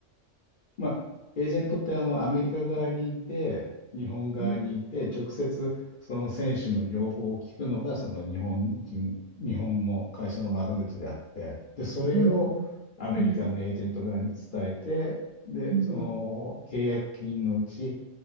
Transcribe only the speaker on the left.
まあ、エージェントってあの、アメリカ側にいて、日本側にいて、
直接その選手の要望を聞くのが、その日本人、日本の会社の窓口であって、で、それをアメリカのエージェント側に伝えて、
で、
その契約金のうち